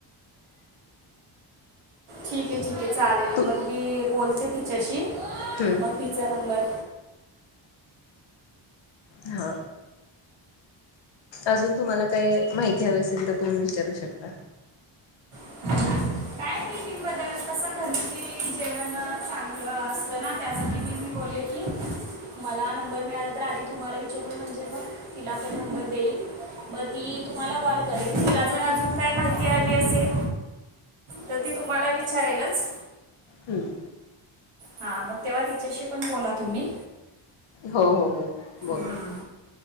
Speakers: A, on the right; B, on the left.
A: ठीक आहे ठीक आहे चालेल
B: तू
A: मग मी बोलते तिच्याशी
B: हम्म
A: मग तिचा नंबर.
B: हा. अजून तुम्हाला काय माहिती हवी असेल तर तुम्ही विचारू शकता.
A: काय टिकींग बद्दल कस घरती जेवण चांगलं असत. त्यासाठी मी बोलले की. मला नंबर मिळाला तर आधी तुम्हाला विचारून म्हणजे मग तिला पण नंबर देईल. मग ती तुम्हाला कॉल करेल तिला जर अजून काय माहिती हवी असेल. तर ती तुम्हाला विचारेलच.
B: हम्म
A: हां मग तेव्हा तिच्याशी पण बोला तुम्ही
B: हो हो हो बोला.
A: हां